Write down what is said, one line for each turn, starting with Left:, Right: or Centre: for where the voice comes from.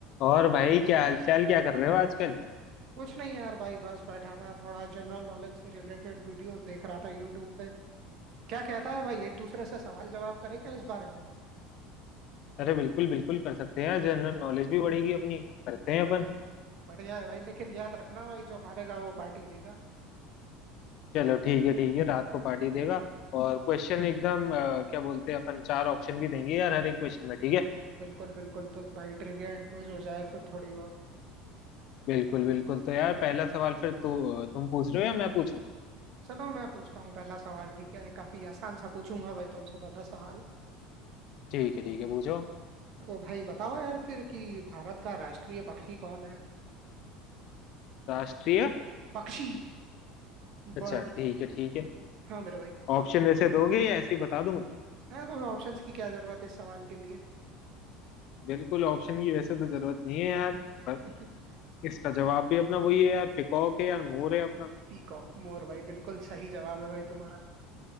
Left: और भाई क्या हालचाल क्या कर रहे हो आजकल
Right: कुछ नहीं यार भाई बस बैठा था थोड़ा जनरल नॉलेज से रिलेटेड वीडियोस देख रहा था यूट्यूब पे क्या कहता है भाई एक दूसरे से सवाल जवाब करे क्या इस बारे में
Left: अरे बिल्कुल बिल्कुल कर सकते हैं जनरल नॉलेज भी बढ़ेगी अपनी करते हैं अपन
Right: बढ़िया है भाई लेकिन याद रखना भाई जो हारेगा वो पार्टी देगा
Left: चलो ठीक है ठीक है रात को पार्टी देगा और क्वेश्चन एकदम अ, क्या बोलते हैं अपन चार ऑप्शन भी देंगे यार हर एक क्वेश्चन में ठीक है
Right: बिल्कुल बिल्कुल तो भाई ट्रिविया एंड क्विज हो जाए फिर थोड़ी बहुत
Left: बिल्कुल बिल्कुल तो यार पहला सवाल फिर तू तुम पूछ रहे हो या मैं पूछूं
Right: चलो मैं पूछता हूँ पहला सवाल ठीक है काफी आसान सा पूछूंगा भाई तुमसे पहला सवाल
Left: ठीक है ठीक है पूछो
Right: तो भाई बताओ यार फिर कि भारत का राष्ट्रीय पक्षी कौन है
Left: राष्ट्रीय
Right: पक्षी
Left: अच्छा
Right: बर्ड
Left: ठीक है ठीक है
Right: हाँ मेरे भाई
Left: ऑप्शन वैसे दोगे या ऐसे ही बता दूं मैं?
Right: है तुम्हें ऑप्शंस की क्या जरूरत है इस सवाल के लिए
Left: बिल्कुल ऑप्शन की वैसे तो जरूरत नहीं है यार पर
Right: <laughs>
Left: इसका जवाब भी अपना वही है यार पिकॉक है यार मोर है अपना
Right: पीकॉक मोर भाई बिल्कुल सही जवाब है भाई तुम्हारा